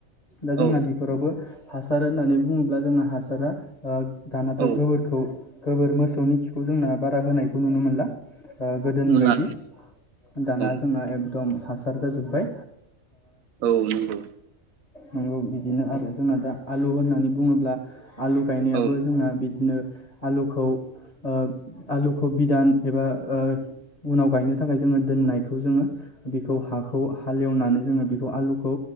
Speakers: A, on the left; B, on the right.
A: दा जोंना
B: औ
A: बिफोरावबो हासार होननानै बुङोब्ला जोंना हासारा ओ दानाथ'
B: औ
A: गोबोरखौ गोबोर मोसौनि खिखौ जोंना बारा होनायखौ नुनो मोनला ओ गोदोनि
B: नुला
A: बायदि दाना
B: औ
A: जोंना एकदम हासार जाजोब्बाय
B: औ नोंगौ
A: नोंगौ बिदिनो आरो जोंना दा आलु होननानै बुङोब्ला आलु गायनायाबो
B: औ
A: जोंना बि बिदिनो आलुखौ ओ आलुखौ बिदान एबा ओ उनाव गायनो थाखाय जोङो दोननायखौ जोङो बेखौ हाखौ हालेवनानै जोङो बेखौ आलुखौ